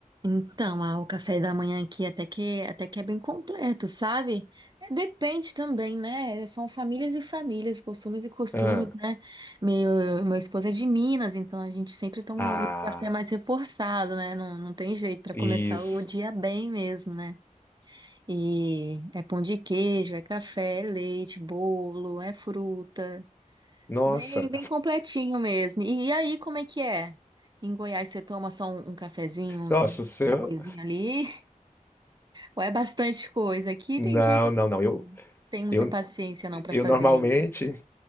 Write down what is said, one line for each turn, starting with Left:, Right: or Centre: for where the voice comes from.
Right: Então, ah, o café da manhã aqui até que até que é bem completo, sabe? É, depende também, né? São famílias e famílias, costumes e costumes,
Left: Hã.
Right: né? Meu, meu esposo é de Minas, então a gente sempre toma
Left: Ah,
Right: um café mais reforçado, né? Não, não tem jeito para começar
Left: isso.
Right: o dia bem mesmo, né? E é pão de queijo, é café, é leite, bolo, é fruta,
Left: Nossa,
Right: bem bem completinho mesmo. E, e aí, como é que é? Em Goiás, você toma só um, um cafezinho?
Left: nossa, o seu
Right: uma coisinha ali ou é bastante coisa. Aqui
Left: não,
Right: tem dia que eu
Left: não, não, eu
Right: não tenho muita
Left: eu
Right: paciência não para
Left: eu
Right: fazer
Left: normalmente
Right: mesmo.